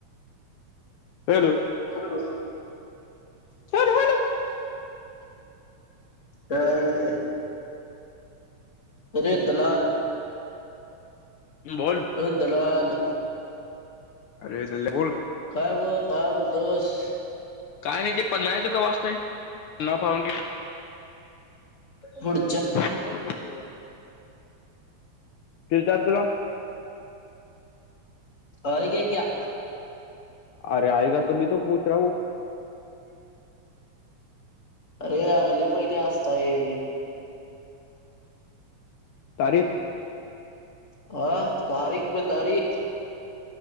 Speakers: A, on the left (about 75°); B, on the left (about 30°).
A: हॅलो
B: हॅलो
A: छड हॅलो
B: काय रे एरे दलाल
A: बोल
B: हो दलाल
A: अरे डल्ल्या बोल
B: कायब का दोष
A: काय नाही ते पन्हाळ्याचं कवा असतंय ना पाऊण कि
B: बड
A: सवे कत रवा किचार तुला
B: हो ग क्या
A: अरे आयग तुम्ही तो पूछ रह हुँ
B: ह अरे अगले महिने असतय
A: तारीख
B: हा तारीख पे तारीख